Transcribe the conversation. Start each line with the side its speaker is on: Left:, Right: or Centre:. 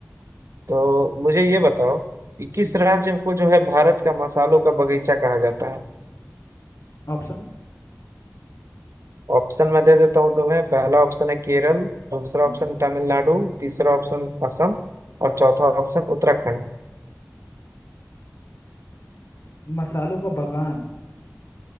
Right: तो मुझे ये बताओ कि किस
Left: हम्म
Right: राज्य को जो है भारत का मसालों का बगीचा कहा जाता है
Left: ऑप्शन
Right: ऑप्शन मैं दे देता हूँ तुम्हें पहला ऑप्शन है केरल दूसरा
Left: हम्म
Right: ऑप्शन तमिलनाडु तीसरा ऑप्शन असम और चौथा ऑप्शन उत्तराखंड
Left: मसालों का बगान